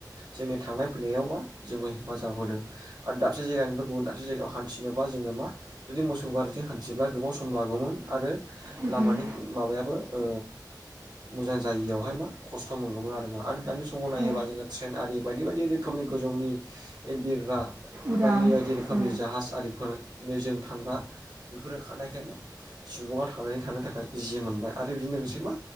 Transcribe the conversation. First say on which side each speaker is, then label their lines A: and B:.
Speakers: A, on the right; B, on the right.
A: जोंनि थांनाय फैनाय जोंखौ हेफाजाब होदों आरो दाबसे जायगानिफ्राय गुबुन दाबसे जायगायाव हान्थिनोब जोङो मा जुदि मोसौ गारिजों हान्थिब्ला गोबाव सम लागौमोन आरो
B: उम
A: लामानि
B: उम
A: माबायाबो ओ मोजां जायियावहाय मा खस्थ' मोनगौमोन आरोना आरो दानि समाव नायोबा
B: औ
A: जोङो ट्रेन आरि बायदि बायदि रोखोमनि गोजौनि बिरग्रा
B: उदां
A: बायदि बायदि रोखोमनि
B: औ
A: जाहाज आरिफोरनि जों थांग्रा बेफोर खारनायखाय मा सुबुङा थांनानै थानो थाखाय। इजि मोनबाय आरो बिजों लोगोसे मा